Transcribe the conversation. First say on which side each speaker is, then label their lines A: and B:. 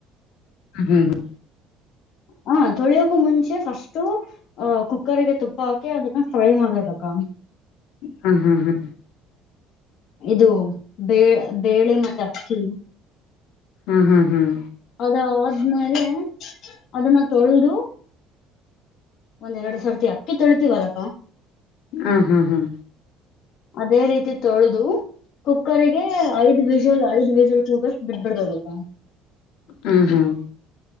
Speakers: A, on the left; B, on the left.
A: ಹ ಹ್ಮ್ ಹ್ಮ್-
B: ಹ ತೊಳಿಯೋಕು ಮುಂಚೆ ಫಸ್ಟು. ಅಹ ಕುಕ್ಕರ್ ಗೆ ತುಪ್ಪ ಹಾಕಿ ಅದನ್ನ ಫ್ರೈ ಮಾಡದಕ್ಕ.
A: ಹ್ಮ ಹಾ ಹಾ-
B: ಇದು ಬ ಬೇಳೆ ಮತ್ತ ಅಕ್ಕಿ.
A: ಹ್ಮ್ ಹ್ಮ್ ಹ್ಮ್-
B: ಅದ ಆದಾದ್ಮೇಲೆ ಅದನ್ನ ತೊಳೆದು. ಒಂದ್ ಎರಡು ಸಾವರರ್ತಿ ಅಕ್ಕ ತೊಳಿತತಿವಲಾ.
A: ಹ್ಮ್ ಹ್ಮ್ ಹ್ಮ್-
B: ಅದೇ ರೀತಿ ತೊಳೆದು. ಕುಕ್ಕಗೆ ಐದ್ ವಿಜಲ್ ಐದ್ ವಿಜಲ್ ಕೂಗಷ್ಟಟ್ ಬಿಡ್ಬಿಡ್ಬೇಕದತ್ತ.
A: ಹ್ಮ್ ಹ್ಮ್-